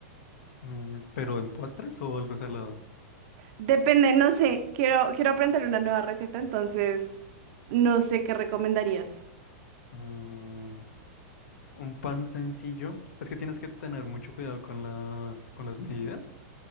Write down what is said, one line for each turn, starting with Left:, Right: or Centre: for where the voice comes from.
Left: Mm, pero en postres o algo salado.
Right: Depende, no sé, quiero, quiero aprender una nueva receta, entonces no sé qué recomendarías.
Left: Mm, un pan sencillo. Es que tienes que tener mucho cuidado con las, con las medidas.